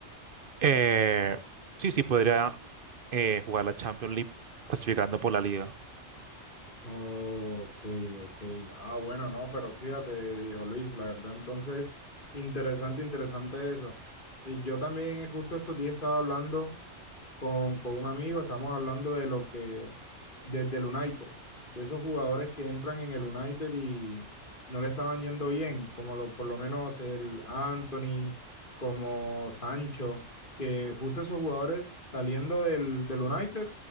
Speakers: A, on the right; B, on the left.
A: Eh, sí, sí, podría eh, jugar la Champions League clasificando por la liga.
B: Ok, ok. Ah, bueno, no, pero fíjate, viejo Luis, la verdad, entonces, interesante, interesante eso. Y yo también justo estos días estaba hablando con, con un amigo, estamos hablando de lo que, desde el United, de esos jugadores que entran en el United y no le estaban yendo bien, como lo, por lo menos el Anthony, como Sancho, que justo esos jugadores saliendo del, del United